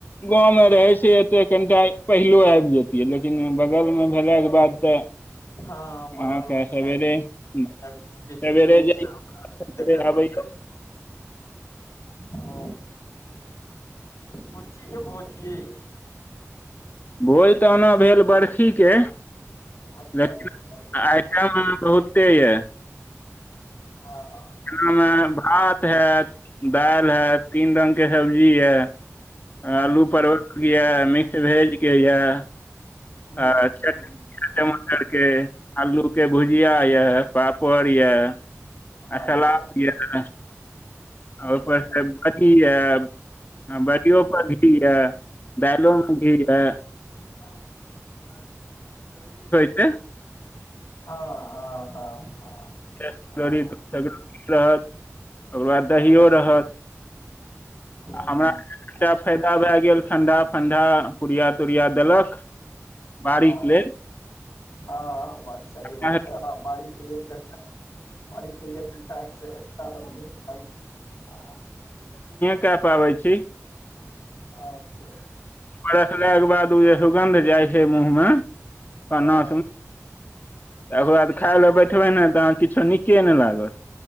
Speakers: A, on the left; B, on the left.
A: गांव मे रहैइ छैइ ऐते कम टाइम पहिलो आईब जतियै लेकिन बगलमे भेलाके बाद तऽ
B: हां बगलमे
A: अहाँके सवेरे
B: छैय तऽ
A: सवेरे
B: विशेष रूपसँ
A: जाइ
B: हम देखे पड़तै
A: आबैयौ
B: ह कोन ची के भोज छियै यौ
A: भोज तऽ ओना भेल बर्खीके
B: अच्छा
A: लेकिन
B: अच्छा बड़की के
A: आइटम
B: हँ
A: बहुते यए
B: हँ अच्छा
A: जेनामे भात हैत दालि हए तीन रङ्गके सब्जी हए आलू परवलके यए मिक्स भेजके यए
B: हूँ
A: आ चटनी
B: हूँ
A: टमाटर के आलू के भुजिया यऽ पापड़ यऽ आ
B: अच्छा
A: सलाद यऽ ह
B: अच्छा
A: पर कथी अ हँ बड़ियओपर घी यए दालिओमे घी यए
B: हँ
A: छै
B: हँ हँ हँ
A: फेर सकरोरी
B: हँ
A: रहत ओकर बाद
B: हँ
A: दहिो रहत
B: हूँ
A: आ हमरा तऽ फायदा भए गेल ठंडा फंडा पूरिया तोरिया देलक बाड़ीक
B: हँ
A: लेल
B: हँ बात सही बात
A: एखन
B: छै ह बाड़ीके लिए ट्रेक्टर बाड़ीक के लिए एकटा नहि तऽ एकटा रहये के हेतै आ
A: क पाबै छी
B: अच्छा
A: बरसलाके बाद ओ जे सुगन्ध जाइ छै मुँहमे करनासम
B: हँ
A: त ओकर बाद खाय लए बैठबै ने तऽ अहाँ किछो नीके नहि लागत